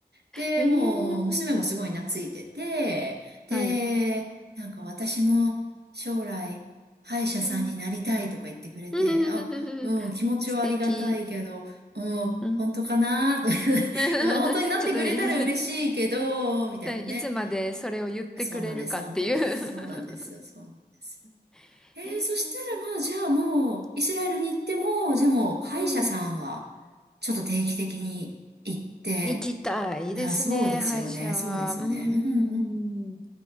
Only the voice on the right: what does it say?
で、
もう、娘もすごい懐いてて、で、
なんか私も将来、歯医者さんになりたいとか言ってくれて、
あ、うん、気持ちはありがたいけど、
うん、
本当かな <laughs>
うん本当になってくれたら嬉しいけど、
みたいなね。
そうなんです、そうなんです、そうなんですよ、そうなんですよ。
えー、
そしたらまあ、じゃあもう、
イスラエルに行っても、じゃあもう、歯医者さんは、
ちょっと定期的に行って、
いや、そうですよね。
そうですよね。
うんうん。